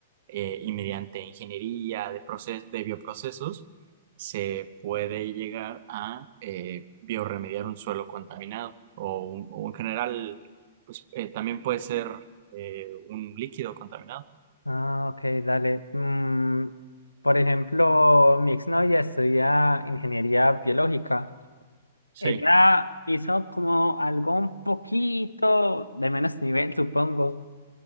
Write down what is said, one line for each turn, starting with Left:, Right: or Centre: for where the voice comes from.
Right: eh, y mediante ingeniería de, proces- de bioprocesos se puede llegar a eh, biorremediar un suelo contaminado o, un- o en general, pues eh, también puede ser eh, un líquido contaminado.
Left: Ah, ok, dale. Mm, por ejemplo, mi exnovia estudia ingeniería biológica.
Right: Sí,
Left: Ella hizo como algo un poquito de menos nivel, supongo,